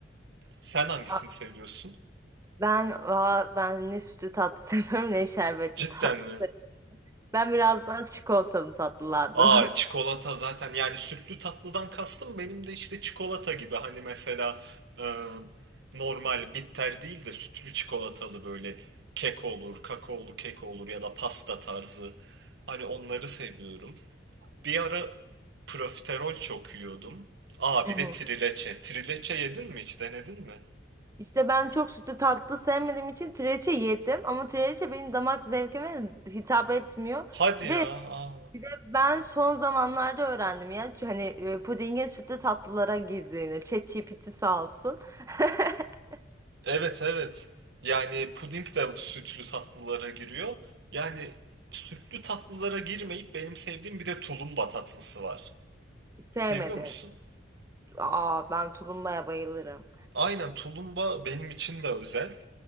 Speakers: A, on the right; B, on the right.
A: Sen hangisini
B: Aa,
A: seviyorsun?
B: Ben aa, ben ne sütlü tatlı <laughs> seviyorum ne şerbetli
A: Cidden
B: tatlı.
A: mi?
B: Ben biraz daha çikolatalı tatlılardanım.
A: Aa çikolata zaten yani sütlü tatlıdan kastım benim de işte çikolata gibi hani mesela e, normal bitter değil de sütlü çikolatalı böyle kek olur, kakaolu kek olur ya da pasta tarzı hani onları seviyorum. Bir ara profiterol çok yiyordum. Aa
B: <laughs>
A: bir de trileçe. Trileçe yedin mi hiç denedin mi?
B: İşte ben çok sütlü tatlı sevmediğim için trileçe yedim ama trileçe benim damak zevkime hitap etmiyor.
A: Hadi
B: Bir
A: ya.
B: de
A: Aa.
B: bir de ben son zamanlarda öğrendim ya ç- hani e, pudingin sütlü tatlılara girdiğini. ChatGPT sağ olsun. <laughs>
A: Evet evet. Yani puding de sütlü tatlılara giriyor. Yani sütlü tatlılara girmeyip benim sevdiğim bir de tulumba tatlısı var.
B: Sevmedi.
A: Seviyor musun?
B: Aa ben tulumbaya bayılırım.
A: Aynen tulumba benim için de özel. <laughs>